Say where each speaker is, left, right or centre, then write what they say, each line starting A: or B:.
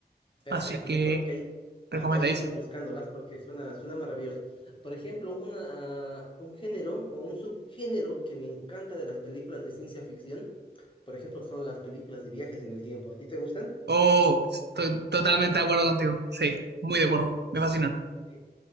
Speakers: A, on the left (about 30°); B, on the right (about 80°).
A: Perfecto,
B: Así que
A: yo creo que ahí,
B: recomendadísima.
A: ahí ahí voy buscándolas porque suena, suena maravilloso. Por ejemplo, una, ah, un género o un subgénero que me encanta de las películas de ciencia ficción por ejemplo, son las películas de viajes en el tiempo. ¿A ti te gustan?
B: Oh, estoy totalmente de acuerdo contigo. Sí, muy de acuerdo. Me fascinan.
A: Sí.